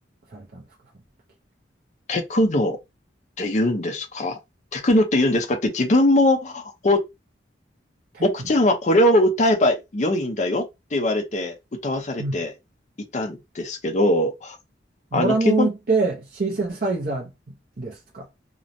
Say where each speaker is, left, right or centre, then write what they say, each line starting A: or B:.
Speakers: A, on the right; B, on the left.
A: されたんですか、その時。
B: テクノって言うんですかテクノって言うんですかって自分も、こう、
A: テクノ。
B: 奥ちゃんはこれを歌えば良いんだよって言われて、歌わされていたんですけど、
A: うん。
B: あの、
A: ドラムってシンセサイザー
B: 基本、
A: ですか。